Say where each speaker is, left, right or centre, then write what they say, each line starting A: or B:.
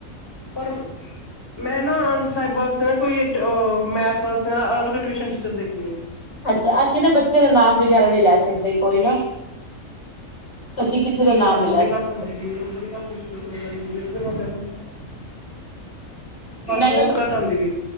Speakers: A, on the left (about 20°); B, on the left (about 55°).
A: ਪਰ ਮੈਂ ਨਾ ਸਾਹਿਬ ਵਾਸਤੇ ਨਾ ਕੋਈ ਮੈਥ ਵਾਸਤੇ ਨਾ ਅਲੱਗ ਟਿਊਸ਼ਨ ਟੀਚਰ ਦੇਖਣੀ
B: ਅੱਛਾ ਅਸੀਂ ਨਾ ਬੱਚੇ ਦਾ ਨਾਮ ਵਗੈਰਾ ਨਹੀਂ ਲੈ ਸਕਦੇ ਕੋਈ ਨਾ ਅਸੀਂ ਕਿਸੇ ਦਾ ਨਾਮ
A: ਆਵਾਜ਼
B: ਨਹੀਂ
A: ਬੜੀ
B: ਲੈ ਸਕਦੇ
A: ਘੱਟ ਆਂਦੀ ਪਈ ਬੜੀ ਘੱਟ ਮੁਸ਼ਿਲ <inaudible> <inaudible>
B: ਮੈਨੂੰ
A: ਬਹੁਤ ਘੱਟ ਆਉਂਦੀ ਵੀ